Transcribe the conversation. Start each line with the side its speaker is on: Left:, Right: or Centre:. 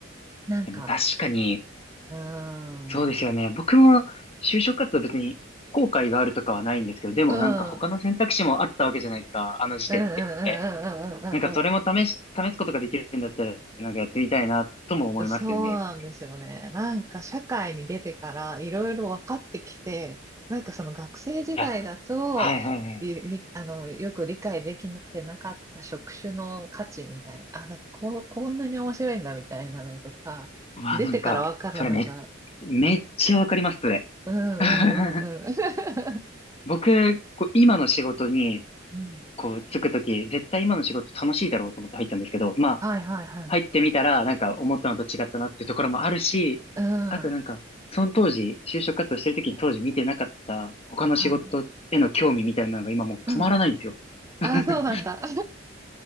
Right: なんか、
Left: でも確かに、
Right: うーん、
Left: そうですよね。
Right: うん、
Left: 僕も就職活動別に後悔があるとかはないんですけど、でもなんか他の選択肢もあったわけじゃないですか、
Right: うん、うん、
Left: あの時点って。
Right: うん、うん、うん、うん、
Left: なんかそれも試し、
Right: うん、
Left: 試すことができるんだったら、なんかやってみたいなとも思いますよね。
Right: そうなんですよね。なんか社会に出てからいろいろ分かってきて、なんかその学生時代だと、
Left: いや、はい、はい、はい。
Right: いりあの、よく理解できてなかった職種の価値みたいな、あ、なんかこう、こんなに面白いんだみたいなのとか、
Left: まあなんか、
Right: 出てから分かるのが、
Left: それめ、めっちゃわかります、それ。
Right: うんう
Left: <laughs>
Right: んうんうん。
Left: 僕、こう今の仕事に、
Right: <laughs> うん。
Left: こう、つくとき、絶対今の仕事楽しいだろうと思って入ったんですけど、まあ、
Right: はいはいはい。
Left: 入ってみたら、なんか思ったのと違ったなっていうところもあるし、
Right: うん。
Left: あとなんか、その当時、就職活動してるときに当時見てなかった他の仕事への興味みたいなのが今もう止まらないんですよ。
Right: はい。うん。
Left: <laughs>
Right: あ、そうなんだ。